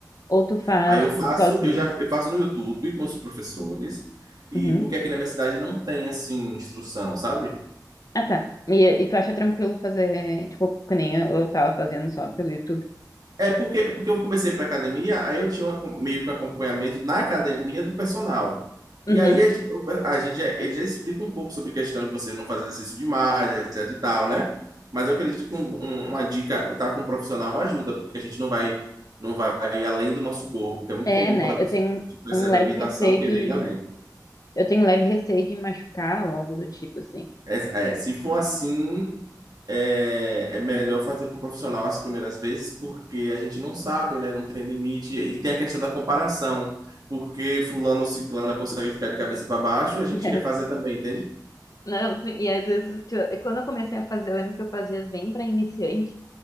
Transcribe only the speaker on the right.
Aí eu
faço,
eu já eu faço no YouTube com os professores, e
porque aqui na minha cidade não tem assim instrução, sabe?
É porque, porque eu comecei para academia, aí eu tinha um acom- meio que um acompanhamento na academia do personal. E
aí a gente, a gente já, ele já explica um pouco sobre a questão de você não fazer exercício demais, etc e tal, né? Mas eu acredito que um- um- uma dica tá com um profissional ajuda, porque a gente não vai não vai além do nosso corpo, que é muito
comum
quando a
pessoa
percebe
a limitação
querer
ir além.
É, é, se for assim, é, é melhor fazer com um profissional as primeiras vezes, porque a gente não sabe, né? Não tem limite. E tem a questão da comparação, porque fulano ou ciclana consegue ficar de cabeça para baixo, a gente
quer fazer também, entende?